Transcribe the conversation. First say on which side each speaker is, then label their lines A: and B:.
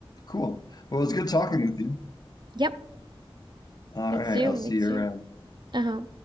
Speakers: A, on the left; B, on the right.
A: Cool. Well, it's good talking with you.
B: Yep.
A: All
B: Me
A: right.
B: too.
A: I'll see
B: Me too.
A: you around.
B: Uh huh.